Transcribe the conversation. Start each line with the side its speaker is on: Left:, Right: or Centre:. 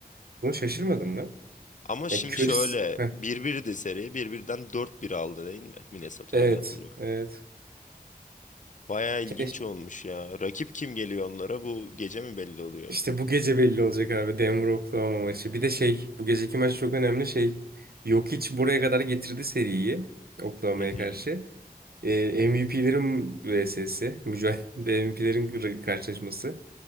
Right: Bunu şaşırmadım lan.
Left: Ama şimdi
Right: Yani Curry's...
Left: şöyle
Right: Heh,
Left: bir 1di seri. bir birden dört bir aldı değil mi? Minnesota
Right: evet.
Left: öyle hatırlıyorum.
Right: Evet.
Left: Baya ilginç
Right: Keş-
Left: olmuş ya. Rakip kim geliyor onlara? Bu gece mi belli oluyor?
Right: İşte bu gece belli olacak abi. Denver Oklahoma maçı. Bir de şey bu geceki maç çok önemli şey. Jokic buraya kadar getirdi seriyi. Oklahoma'ya
Left: Hı hı.
Right: karşı. Ee, MVP'lerin vs'si. Mücadele <laughs> MVP'lerin karşılaşması.